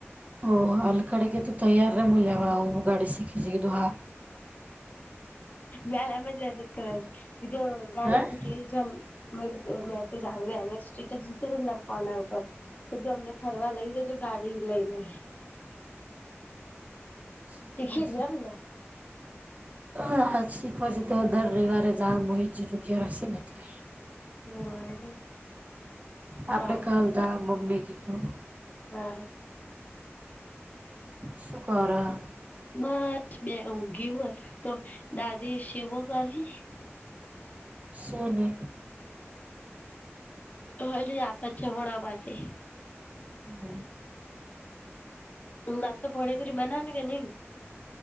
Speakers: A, on the right (about 30°); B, on the left (about 35°).
A: ઓહ અલ કડગ તું તૈયાર ર મળલ્યાવા હું ગાડી શીખી સીધું હા
B: મેમ જ મેસેજ કરવાની બીજું ગાડી
A: હે
B: શીખી મેસેજ આવે એ અને જીતો છે અંદર ફોન ઉપર તો તું અમને ફરવા લઈ દેજો ગાડી લઈને
A: શીખ
B: શીખી
A: છે
B: જ એમને
A: હ હછી પછી તો દર રવિવારે જ મોહિતજી ચુક્યા રહેશે ને એટલે
B: હમ
A: આપડે
B: સારું
A: કલતા મમ્મી કીધું
B: બ
A: શકારા
B: બસ મે ઊંઘય હતા તો દાદી સેવો કરી
A: શને
B: હલી આપત છે ભડા માટે
A: હા
B: હ વા ફો્યાપરી બનાવું કે નહી